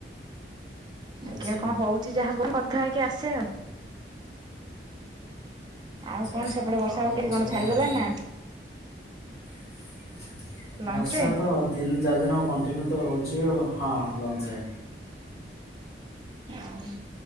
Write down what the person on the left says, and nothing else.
ଆଚ୍ଛା
ଆଚ୍ଛା
ଆଚ୍ଛା
ଆଉ ଲଞ୍ଚରେ
ଖାଇଥିଲେ?
<unintelligible>
ବର୍ଷା
ତ। ତିନି ଚାରି ଦିନ କଣ୍ଟିନ୍ୟୁ ତ ହେଉଛି ଆ ହଁ ଲଞ୍ଚରେ।